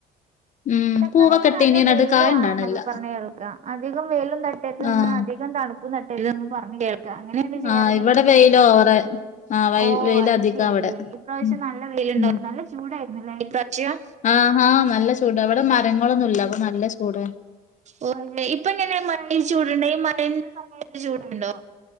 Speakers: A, on the left (about 45°); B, on the right (about 45°).
A: ഉം
B: തക്കാളിക്ക്
A: പൂവൊക്കെ ഇട്ടീനി
B: നല്ല
A: എന്നിട്ട്
B: വെയില്
A: കായ
B: വേണം
A: ഇണ്ടാവണില്ല
B: എന്നൊക്കെ പറഞ്ഞ് കേൾക്കാം. അധികം വെയിലും തട്ടരുതെന്ന്,
A: ആഹ്
B: അധികം തണുപ്പും തട്ടര്തെന്ന് പറഞ്ഞ് കേൾ അങ്ങനെയെല്ലെ ചെയ്യാറ്
A: ആഹ് ഇവിടെ
B: നിങ്ങള്
A: വെയില് ഓവറ് ആഹ് വൈ
B: ഓഹ്
A: വെയില്
B: അത്
A: അധികാ
B: ശരി
A: അവിടെ
B: ഇപ്രാവശ്യം
A: ഉം
B: നല്ല വെയിലുണ്ടാരുന്നു
A: ഉം
B: നല്ല ചൂടായിരുന്നില്ലേ ഇപ്രാവിശ്യം.
A: ആഹാ നല്ല ചൂട ഇവിടെ മരങ്ങളൊന്നുല്ല അപ്പൊ നല്ല ചൂട
B: ഓ ഇപ്പൊ എങ്ങെനെയാ മഴയിൽ ചൂടുണ്ടോ ഈ മഴന്റെ സമയത്ത് ചൂടുണ്ടോ?